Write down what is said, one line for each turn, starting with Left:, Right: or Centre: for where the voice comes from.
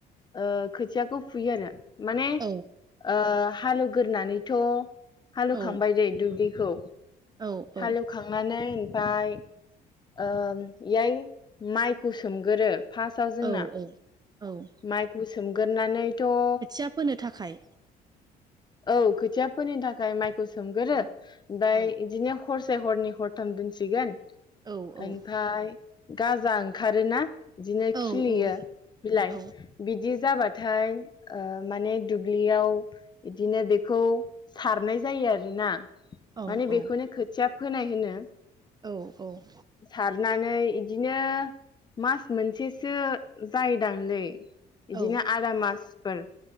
Left: ओ खोथियाखौ फुयो आरो माने ओ
Right: औ
Left: हालौ ग्रोनानैथ' हालौखांबाय
Right: औ
Left: दैे दुब्लि खौ
Right: औ औ
Left: हालौ खांनानै फ्राइ ओम इयाय माइखौ सोमगोरो फास्तआव जोंना।
Right: औ औ औ
Left: माइखौ सोमगोरोनानै थ' ओ
Right: खोथिया फोनो थाखाय
Left: औ खोथिया फोनायनि थाखाय माइखौ सोमगोरो
Right: औ
Left: ओमफ्राय
Right: औ
Left: इदिनो हरस से हरनै हरथाम दोनसिगोन
Right: औ औ
Left: ओमफ्राय गाजा ओंखारोना बिदिनो
Right: औ
Left: खिलियो
Right: औ
Left: बिलाइ
Right: औ
Left: बिदि जाबा थाय माने ओ दुब्लियाव बिदिनो बेखौ सारनाय जायो आरोना।
Right: औ
Left: माने बेखौनो खोथिया फोनाय होनो।
Right: औ औ
Left: सारनानै बिदिनो मास मोनसेसो जायोदांलै बिदिनो
Right: औ
Left: आदा मासफोर